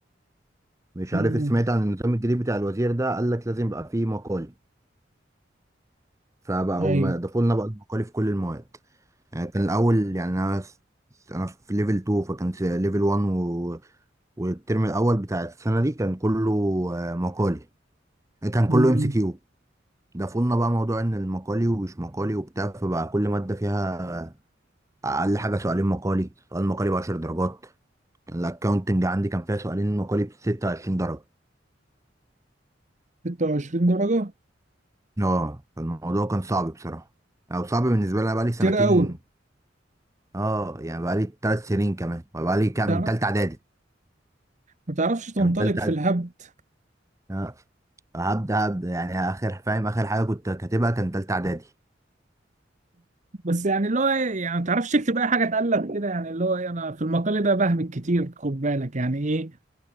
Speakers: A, on the right (about 15°); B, on the right (about 40°).
A: مش عارف
B: امم
A: سمعت عن النظام الجديد بتاع الوزير ده قال لك لازم يبقى فيه مقالي فبقوا
B: أيوه
A: ما ضافوا لنا بقى المقالي في كل المواد يعني كان الاول يعني انا س- انا في ليفل 2 فكان في ليفل 1 و... والترم الاول بتاع السنه دي كان كله آه، مقالي كان كله
B: امم
A: ام سي كيو ده فضلنا بقى موضوع ان المقالي ومش مقالي وبتاع فبقى كل ماده فيها اقل حاجه سؤالين مقالي سؤال مقالي ب 10 درجات الاكاونتنج عندي كان فيها سؤالين مقالي ب 26 درجه
B: 26 درجة
A: اه الموضوع كان صعب بصراحه او صعب بالنسبه لي أنا بقى لي
B: كتير
A: سنتين
B: أوي
A: اه يعني بقى لي ثلاث سنين كمان بقى لي كام
B: تعرف
A: من ثالثه اعدادي
B: ما تعرفش تنطلق
A: يعني من ثالثه
B: في
A: اعدادي
B: الهبد
A: اه هبدا هبدا يعني اخر فاهم اخر حاجه كنت كاتبها كان ثالثه اعدادي
B: بس يعني اللي هو إيه، يعني ما تعرفش تكتب اي حاجه تقلب كده يعني اللي هو إيه، انا في المقال ده بهمك كتير خد بالك يعني ايه